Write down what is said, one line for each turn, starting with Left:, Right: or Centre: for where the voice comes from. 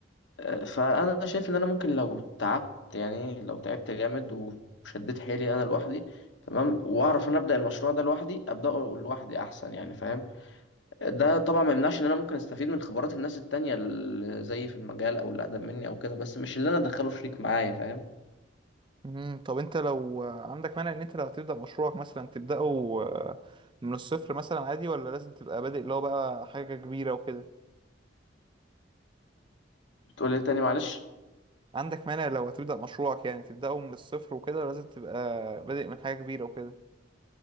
Left: آه، فانا شايف ان انا ممكن لو تعبت يعني لو تعبت جامد وشديت حيلي انا لوحدي تمام واعرف انا ابدا المشروع ده لوحدي ابداه لوحدي احسن يعني فاهم ده طبعا ما يمنعش ان انا ممكن استفيد من خبرات الناس التانية اللي زي في المجال او اللي اقدم مني او كده بس مش اللي انا ادخله شريك معايا فاهم
Right: مم. طب انت لو عندك مانع ان انت لو هتبدأ مشروعك مثلا تبدأه آه، من الصفر مثلا عادي ولا لازم تبقى بادئ اللي هو بقى حاجة كبيرة وكده؟
Left: بتقول لي تاني معلش
Right: عندك مانع لو هتبدأ مشروعك يعني تبدأه من الصفر وكده ولا لازم تبقى بادئ من حاجة كبيرة وكده؟